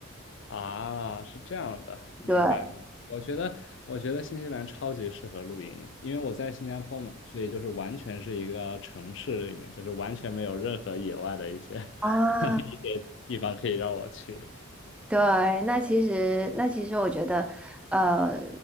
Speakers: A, on the left (about 60°); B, in the centre.
A: 啊，是这样的，明白明白。
B: 对
A: 我觉得，我觉得新西兰超级适合露营，因为我在新加坡嘛，所以就是完全是一个城市里面，就是完全没有任何野外的一些
B: 啊，
A: <laughs> 一些地方可以让我去的
B: 对，那其实那其实我觉得，呃，